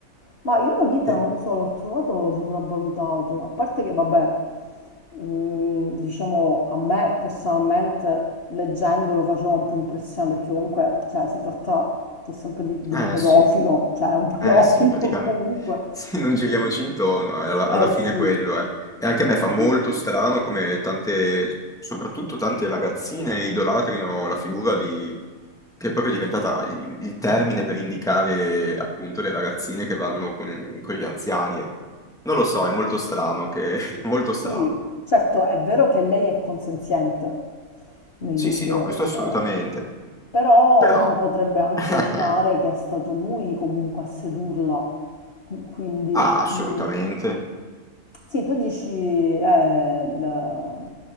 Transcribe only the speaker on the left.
Ma io Lolita
non lo so, l'ho trovato sopravvalutato, a parte che vabbè, mm, diciamo a me personalmente leggendolo faceva un po' impressione perché comunque cioè, si tratta pur sempre di, di
un pedofilo,
cioè è un pedofilo
<laughs> comunque.
Eh
sì,
sì,
sì,
certo è vero che lei è consenziente nel
libro,
eh, Però
uno potrebbe anche
opinare che è stato lui comunque a sedurla, Qu- quindi
mm, sì, tu dici eh, il,